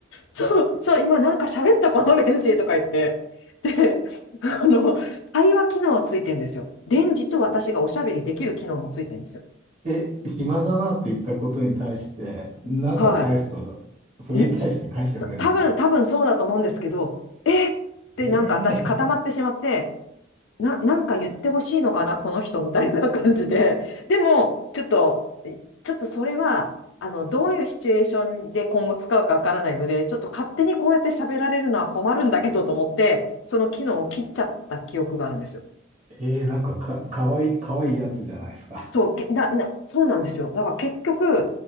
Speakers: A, on the left; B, on the right.
A: ちょ、ちょ、今なんか喋ったこのレンジとか言って。で、あの、対話機能はついてんですよ。レンジと私がおしゃべりできる機能もついてんですよ。
B: ええ、暇だなって言ったことに対して、なんか返すと、
A: は
B: それに対して返してくれるんですか
A: い。え、た多分、多分そうだと思うんですけど、えーってなんか私固まってしまって、
B: ええ
A: な、なんか言ってほしいのかな、この人みたいな感じで。でも、ちょっと、ちょっとそれは、あの、どういうシチュエーションで今後使うかわからないので、ちょっと勝手にこうやって喋られるのは困るんだけどと思って、その機能を切っちゃった記憶があるんですよ。
B: ええなんかか、かわいい、かわいいやつじゃないですか。
A: そう、けな、な、そうなんですよ。だから結局、